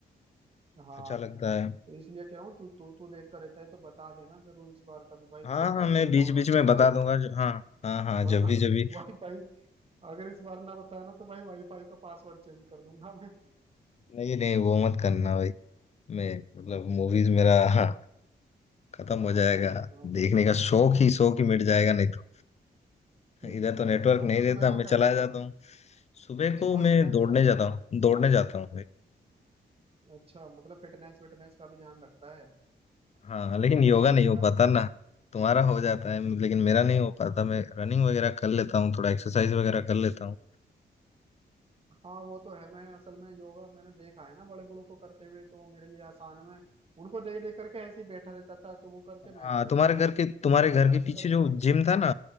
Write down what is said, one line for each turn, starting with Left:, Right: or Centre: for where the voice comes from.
Right: हाँ
Left: अच्छा लगता है
Right: तो इसलिए कह रहा हूँ तू तू तू देखता रहता है तो बता देना जरूर इस बार कभी भाई
Left: हाँ
Right: खुद
Left: हाँ
Right: अकेला
Left: मैं
Right: डाउनलोड
Left: बीच बीच में
Right: करके
Left: बता
Right: ले जाए
Left: दूंगा जो- हाँ हाँ हाँ
Right: वरना
Left: जब भी जब भी
Right: वाईफाई अगर इस बार ना बताया ना तो भाई वाईफाई का पासवर्ड चेंज कर दूंगा मैं
Left: नहीं नहीं वो मत करना भाई मैं मतलब मूवीज मेरा <laughs> हाँ खत्म हो जाएगा
Right: हाँ
Left: देखने
Right: चलो
Left: का शौक ही शौक ही मिट जाएगा नहीं तो
Right: हम्म।
Left: इधर तो नेटवर्क नहीं
Right: अच्छा
Left: रहता
Right: सुबह को
Left: मैं
Right: क्या
Left: चला
Right: करता
Left: जाता
Right: है
Left: हूँ सुबह को
Right: सुबह
Left: मैं
Right: के टाइम
Left: दौड़ने
Right: क्या करता
Left: जाता हूँ
Right: है
Left: दौड़ने जाता हूँ
Right: अच्छा मतलब फिटनेस फिटनेस का भी ध्यान रखता है
Left: हाँ लेकिन
Right: बहुत
Left: योगा
Right: सही
Left: नहीं
Right: है
Left: हो
Right: यार
Left: पाता ना तुम्हारा हो जाता है लेकिन मेरा नहीं हो पाता मैं रनिंग वगैरह कर लेता हूँ थोड़ा एक्सरसाइज वगैरह कर लेता हूँ
Right: हाँ वो तो है मैं असल में योगा मैंने देखा है ना बड़े बड़ों को करते हुए तो वो मेरे लिए आसान है मैं उनको देख देख करके ऐसे ही बैठा रहता था तो वो करते मैं
Left: हाँ
Right: भी कर
Left: तुम्हारे
Right: लेता
Left: घर के तुम्हारे घर
Right: करते
Left: के पीछे
Right: करते
Left: जो
Right: आ गए
Left: जिम था ना